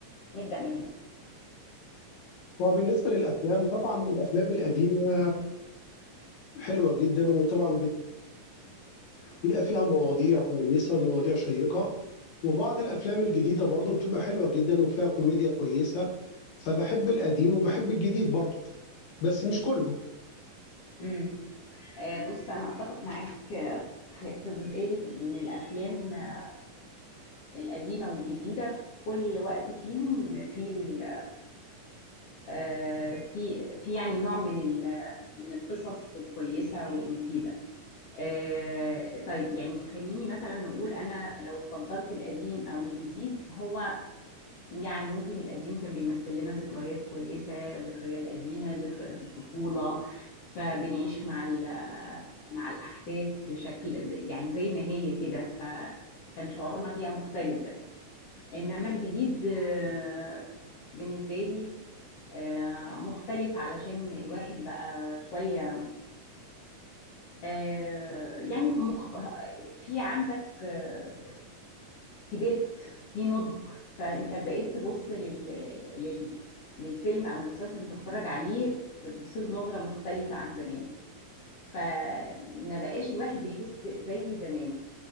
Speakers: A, on the left; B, on the left.
A: نبدأ من هنا
B: وبالنسبة للأفلام طبعا الأفلام القديمة حلوة جدا وطبعا بت- بيبقى فيها مواضيع كويسة ومواضيع شيقة وبعض الأفلام الجديدة برضه بتبقى حلوة جدا وفيها كوميديا كويسة فبحب القديم وبحب الجديد برضه بس مش كله
A: امم آه، بص أنا أتفق معاك آه، في في جزئية إن الأفلام آه، القديمة والجديدة كل وقت فيهم في ال- آه، في في يعني نوع من ال- من القصص الكويسة والمفيدة. آه، طيب يعني خليني مثلا نقول أنا لو فضلت القديم أو الجديد هو يعني ممكن القديم كان بيمثل لنا ذكريات كويسة ذكريات قديمة ذكريات الطفولة فبنعيش مع ال- آه، مع الأحداث بشكل ب- يعني زي ما هي كده فكان شعورنا فيها مختلف بس إنما الجديد آه، بالنسبة لي آه، مختلف علشان الواحد بقى شوية آه، يعني مخ... في عندك آه، كبرت في نضج فانت بقيت تبص لل... لل... للفيلم او المسلسل انت بتتفرج عليه بتبص له بنظره مختلفه عن زمان فما بقاش الواحد يحس زي زمان